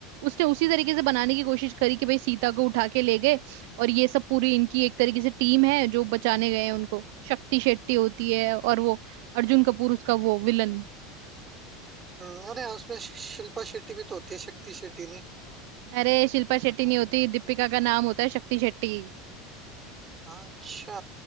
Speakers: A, on the right; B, on the right.
A: उसने उसी तरीके से बनाने की कोशिश करी कि भाई सीता को उठा के ले गए और ये सब पूरी इनकी एक तरीके से टीम है जो बचाने गए हैं उनको शक्ति शेट्टी होती है और वो अर्जुन कपूर उसका वो विलन
B: हम्म, अरे हाँ उसमें शि- शिल्पा शेट्टी भी तो होती है शक्ति शेट्टी नहीं
A: अरे शिल्पा शेट्टी
B: <laughs>
A: नहीं होती दीपिका का नाम होता है शक्ति शेट्टी
B: हाँ, अच्छा